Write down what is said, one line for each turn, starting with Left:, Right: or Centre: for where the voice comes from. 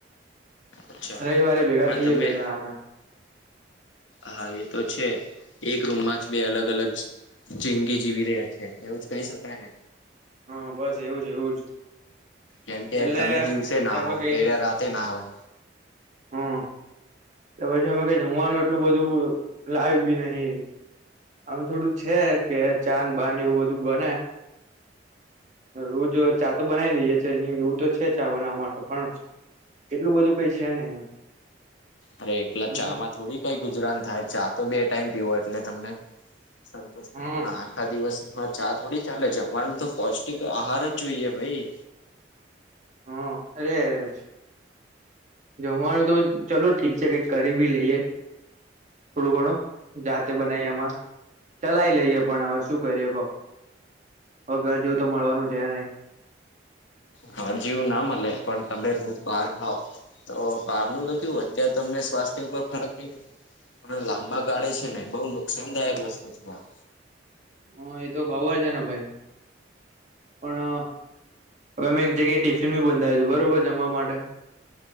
Left: અચ્છા
Right: રવિવારે ભેગા
Left: પણ
Right: થઈએે
Left: તમે
Right: બે જણા અમે.
Left: હા એ તો છે. એક રૂમમાં જ બે અલગ અલગ જિંદગી જીવી રહ્યા છે, એવું જ કહી શકાય ને.
Right: હા બસ એવું જ એવું જ.
Left: કેમ કે
Right: એટલે
Left: તમે દિવસે
Right: પછી
Left: ના
Right: અમે
Left: હો,
Right: કઈ
Left: એરા રાતે ના હોય.
Right: હમ પછી અમે કાઇ જમવાનું એટલું બધું લાઈ ભી નહીં આમ થોડું છે કે ચાન બાન એવું બધું બને. રોજ ચા તો બનાઈ દઈએે છે અહી એવું તો છે ચા બનાવવા માટે પણ એટલું બધું કઈ છે નઈ એમ.
Left: અરે એકલા
Right: સમજ્યા
Left: ચા માં થોડી કઈ ગુજરાન થાય ચા તો બે ટાઈમ પીવો એટલે તમને સંતોષ
Right: હા
Left: થાય પણ, આખા દિવસ હા ચા થોડી ચાલે જમવાનું તો પૌષ્ટિક આહાર જ જોઈએ ભઈ.
Right: હા અરેજ જમવાનું તો ચલો ઠીક છે, કઈક કરી ભી લઈએ. થોડું ઘણું જાતે બનાય એમાં ચલાય લઈએ પણ હવે શું કરીએ, કો. હવે ઘર જેવું તો મળવાનું છે નઈ.
Left: ઘર જેવું ના મળે, પણ તમે રોજ બાર ખાવ તો બહારનું તો કેવું અત્યારે તમને સ્વાસ્થ્ય ઉપર ફરક ની પણ લાંબા ગાળે છે ને બહુ નુકસાનદાયક વસ્તુ છે આ.
Right: હ એ તો ખબર છે ને ભાઈ પણ અ હવે મે એક જગ્યાએ ટિફિન બી બંધાયુ તું બરોબર જમવા માટે.